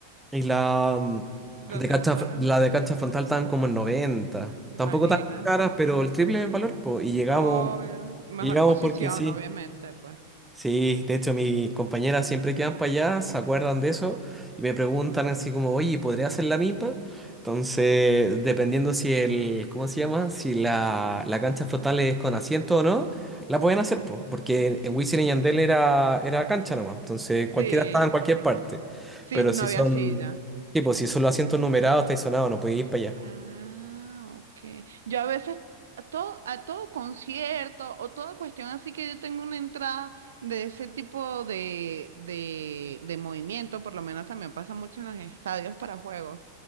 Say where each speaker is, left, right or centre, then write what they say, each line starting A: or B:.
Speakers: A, in the centre; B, on the right.
A: Y la mm,
B: <laughs> donde
A: de cancha,
B: entraron.
A: fr- la de cancha frontal estaban como en noventa
B: Imagínate.
A: Tampoco tan caras, pero el triple es el valor, po, Y llegamos,
B: Obvio. Y mejor
A: y llegamos
B: posición,
A: porque sí.
B: obviamente, pues.
A: Sí, de hecho mis compañeras siempre que van para allá se acuerdan de eso y me preguntan así como, oye, ¿podría hacer la misma? Entonces, dependiendo si el, ¿cómo se llama? Si la, la cancha flotable es con asiento o no, la pueden hacer, po, porque en Wisin y Yandel era, era cancha nomás, entonces cualquiera
B: Sí.
A: estaba en cualquier parte,
B: Sí,
A: pero
B: no
A: si
B: había
A: son,
B: silla.
A: tipo, si son los asientos numerados, estáis sonados, no podéis ir para allá.
B: Ah, ok. Yo a veces a todo, a todo concierto o toda cuestión así que yo tengo una entrada de ese tipo de, de, de movimiento, por lo menos también pasa mucho en los estadios para juegos.